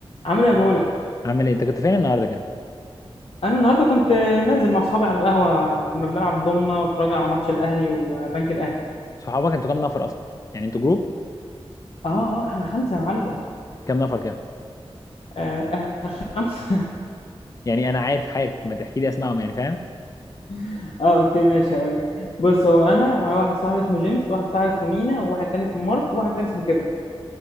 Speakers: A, on the left; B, on the left.
A: عامل ايه يا بولا
B: عامل ايه انت كنت فين النهارده كده
A: انا النهارده كنت نازل مع اصحابي على القهوه كنا بنلعب الضمنه واتفرجنا على ماتش الاهلي وبنك الاهلي
B: صحابك انتوا كام نفر اصلا يعني انتوا جروب
A: اه اه احنا خمسه يا معلم
B: كام نفر كده
A: آه احنا خمسه
B: يعني انا عارف عارف ما تحكي لي اسمائهم يعني فاهم
A: <laughs> اه اوكي ماشي هقول بص هو انا ومعايا واحد صاحبي اسمه جيمس وواحد صاحبي اسمه مينا وواحد تاني اسمه مارك وواحد تاني اسمه كيفن